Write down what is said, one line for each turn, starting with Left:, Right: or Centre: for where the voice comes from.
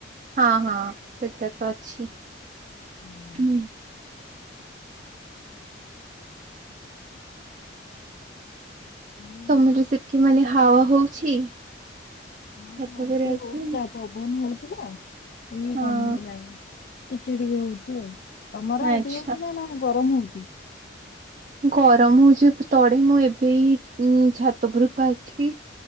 Right: ହଁ ହଁ ସେଟା ତ ଅଛି
Left: ଆଉ।
Right: ହୁଁ।
Left: ହୁଁ।
Right: ତମର ସେଠି ମାନେ ହାୱ ହଉଛି।
Left: ହଁ
Right: ଛାତ ଉପରେ
Left: ଏବେ
Right: ଅଛି
Left: ହଉଥିଲା, ପବନ ହଉଥିଲା ଏଇ
Right: ହଁ
Left: କମିଗଲାଣି। ଟିକେ ଟିକେ ହଉଚି ଆଉ, ତମର
Right: ଆଚ୍ଛା।
Left: ହେଟି ହଉଚି ନା ନା ଗରମ ହଉଚି।
Right: ଗରମ ହଉଛି ତଡେ ମୁଁ ଏବେ ଏଇ ଛାତ ଉପୁରକୁ ଆସଲି।